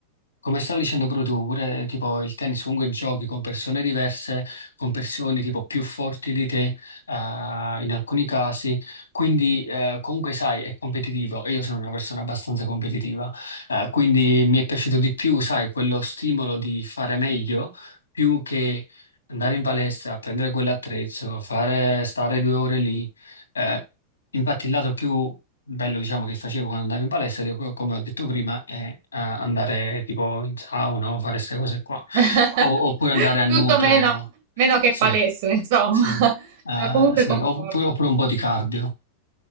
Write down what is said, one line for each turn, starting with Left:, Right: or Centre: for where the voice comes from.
Left: come stavi dicendo proprio tu, pure tipo il tennis comunque giochi con persone diverse, con persone tipo più forti di te, eh, in alcuni casi, quindi eh, comunque sai, è competitivo e io sono una persona abbastanza competitiva, eh, quindi mi è piaciuto di più, sai, quello stimolo di fare meglio più che andare in palestra, prendere quell'attrezzo, fare, stare due ore lì. eh, Infatti, il lato più bello, diciamo, che facevo quando andavo in palestra, che co- come ho detto prima, è eh, andare tipo in sauna o fare queste cose qua.
Right: <laughs>
Left: O- oppure andare a nuoto,
Right: Tutto meno, meno che
Left: sì,
Right: palestra, insomma.
Left: sì,
Right: <laughs>
Left: eh,
Right: Ma comunque
Left: sì.
Right: concordo.
Left: Oppure, oppure un po' di cardio.